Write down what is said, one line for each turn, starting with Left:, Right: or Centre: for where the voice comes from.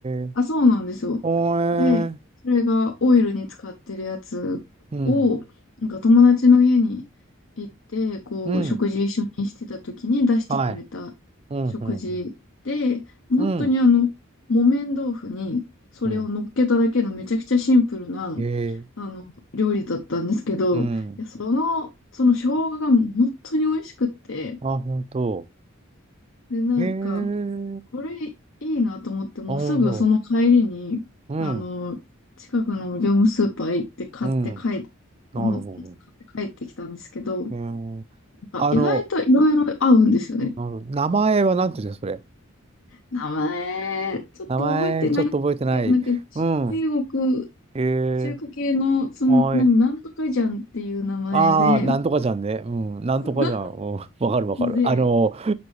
Right: ー。
Left: あ、そうなんですよ。
Right: おー
Left: で、
Right: えー。
Left: それがオイルに使ってるやつを、
Right: うん。
Left: なんか友達の家に行って、こう、
Right: うん。
Left: 食事一緒にしてた時に出してくれた
Right: はい。うん、
Left: 食事で、
Right: うん、
Left: 本当にあの、
Right: うん。うん。
Left: 木綿豆腐にそれを乗っけただけのめちゃくちゃシンプルな、
Right: うんへえ。
Left: あの、料理だったんですけど、
Right: うん。
Left: いや、その、その生姜がもう本当に美味しくって、
Right: あ、本当。
Left: で、なんか、
Right: へえ。
Left: これいいなと思って、もうすぐその帰りに、
Right: あ、本当。うん。
Left: あの、近くの業務スーパー行って買って帰っ、
Right: うん。なるほ
Left: もう買って帰ってきたんですけど、なん
Right: ど。へえ。
Left: か意外といろいろ合うんですよね。
Right: あの、あの名前はなんていうんですか、それ。
Left: 名前、ちょっと覚えてないんですけど、
Right: 名前、ちょっと覚えてない。
Left: なんかち中国、
Right: うん。へえ。
Left: 中華系の、その、
Right: はい。
Left: なんか、なんとかじゃんっていう名前で、
Right: ああ、なんとかじゃんね。うん。なんとかじゃん。
Left: <laughs>
Right: うん。わかるわかる。
Left: で、
Right: あの、